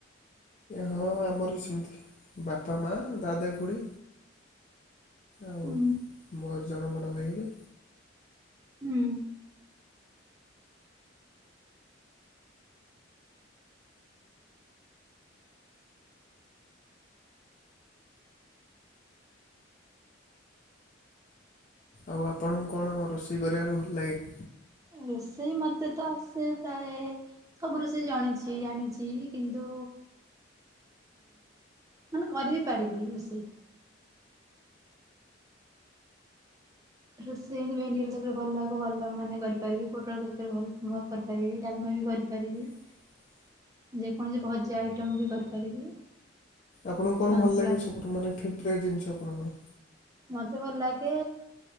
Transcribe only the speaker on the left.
ହଁ ଆମର ବି ସେମିତି। ବାପା ମା ଦାଦା ଖୁଡି ଆଉ
ମୋର ଜଣେ ବଡ଼ ଭାଇ ହେବେ।
ଆଉ ଆପଣଙ୍କୁ କଣ ରୋଷେଇ କରିବାରେ ଭଲ ଲାଗେ?
<inaudible>
ଆପଣଙ୍କୁ କଣ
ଭଲ ଲାଗେ ସବୁଠୁ ମାନେ ଫେବେରାଟ୍ ଜିନିଷ ଆପଣଙ୍କର।